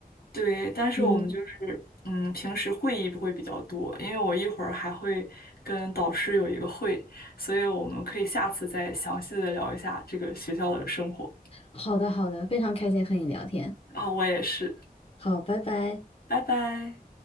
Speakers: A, on the left; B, on the left.
A: 对，但是我们就是，
B: 嗯，
A: 嗯，平时会议不会比较多，因为我一会儿还会跟导师有一个会，所以我们可以下次再详细的聊一下这个学校的生活。
B: 好的好的，非常开心和你聊天。
A: 啊，我也是，
B: 好，拜拜。
A: 拜拜。